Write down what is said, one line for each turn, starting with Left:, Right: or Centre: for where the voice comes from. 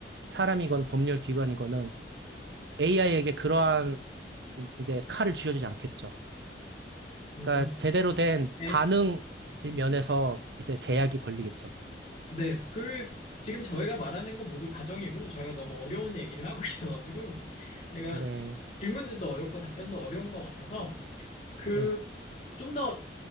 Right: 사람이건 법률 기관이건은 AI에게 그러한 이제 칼을 쥐어주지 않겠죠.
Left: 음,
Right: 그러니까 제대로 된
Left: 네.
Right: 반응 면에서 이제 제약이 걸리겠죠.
Left: 네, 그, 지금 저희가 말하는 건 모두 가정이고, 저희가 너무 어려운 얘기를 하고 <laughs> 있어가지고, 내가
Right: 네,
Left: 질문들도 어렵고 답변도 어려운 것 같아서, 그,
Right: 네,
Left: 좀 더